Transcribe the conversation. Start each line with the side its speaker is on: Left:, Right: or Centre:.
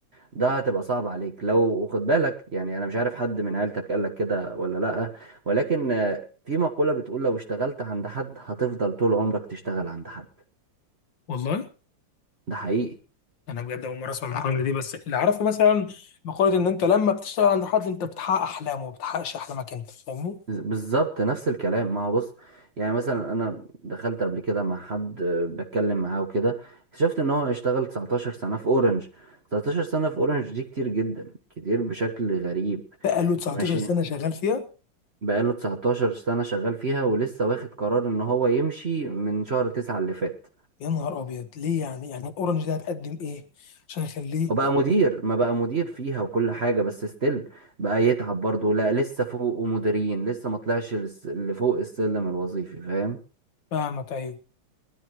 Right: ده هتبقى صعب عليك لو خد بالك يعني انا مش عارف حد من عيلتك قال لك كده ولا لا ولكن آه، في مقولة بتقول لو اشتغلت عند حد هتفضل طول عمرك تشتغل عند حد
Left: والله
Right: ده حقيقي
Left: انا بجد اول مره اسمع المقوله دي بس اللي اعرفه مثلا مقوله ان انت لما بتشتغل عند حد انت بتحقق احلامه ما بتحققش احلامك انت فاهمني
Right: بز- بالظبط نفس الكلام ما هو بص يعني مثلا انا دخلت قبل كده مع حد آه، بتكلم معاه وكده اكتشفت ان هو اشتغل 19 سنة في اورنج 19 سنة في اورنج دي كتير جدا كتير بشكل غريب
Left: بقاله 19
Right: ماشي
Left: سنه شغال فيها
Right: بقاله 19 سنة شغال فيها ولسه واخد قرار ان هو يمشي من شهر 9 اللي فات
Left: يا نهار ابيض ليه يعني يعني الاورنج ده هتقدم ايه عشان يخليه
Right: هو بقى مدير ما بقى مدير فيها وكل حاجة بس ستيل بقى يتعب برضه لا لسه فوق مديرين لسه ما طلعش لس- لفوق السلم الوظيفي فاهم
Left: فاهمك ايوه